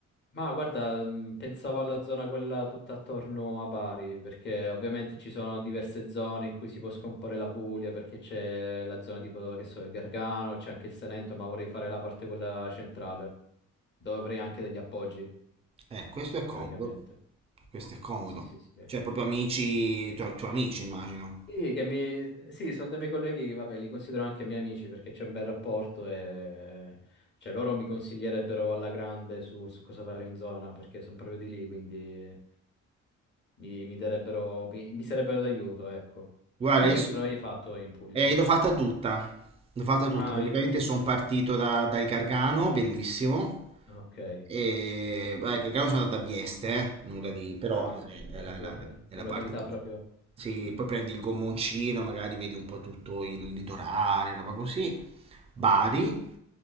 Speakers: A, on the left; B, on the right.
A: Ma guarda, mh, pensavo alla zona quella tutta attorno a Bari, perché ovviamente ci sono diverse zone in cui si può scomporre la Puglia, perché c'è la zona tipo, che so, il Gargano, c'è anche il Salento, ma vorrei fare la parte quella centrale, dove avrei anche degli appoggi,
B: Eh, questo è comodo.
A: teoricamente.
B: Questo è comodo.
A: Sì, sì, sì. sì.
B: Cioè, proprio amici, tu, amici, immagino.
A: Sì, che mi... sì, sono dei miei colleghi, che, vabbè, li considero anche miei amici perché c'è un bel rapporto e cioè, loro mi consiglierebbero alla grande su, su cosa fare in zona perché sono proprio di lì, quindi mi, mi darebbero, mi, mi sarebbero d'aiuto, ecco.
B: Guarda,
A: Tu
B: adesso...
A: che zona avevi fatto in Puglia?
B: Eh, l'ho fatta tutta, l'ho fatta tutta,
A: Ah, no,
B: praticamente
A: io tutto.
B: sono partito da- dal Gargano, bellissimo,
A: Ah, Ok.
B: e beh, il Gargano sono andato a Vieste, eh, nulla di, però
A: Ah,
B: è,
A: beh,
B: è
A: la,
B: la,
A: zona-
B: la- è
A: la
B: la
A: località
B: parte più...
A: proprio.
B: Sì,
A: Mhm.
B: poi prendi il gommoncino, magari vedi un po' tutto il litorale, roba così, Bari,